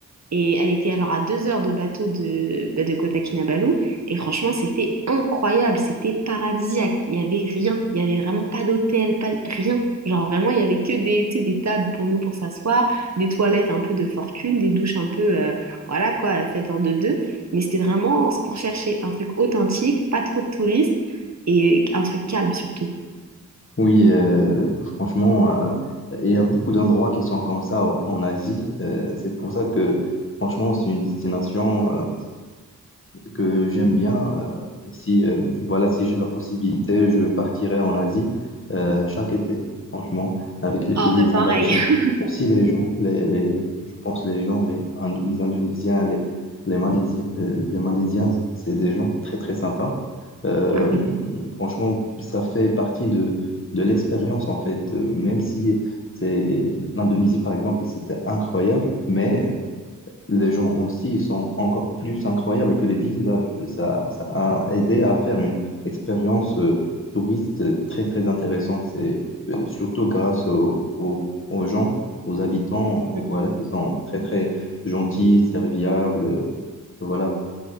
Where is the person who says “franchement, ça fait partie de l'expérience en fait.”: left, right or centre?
Left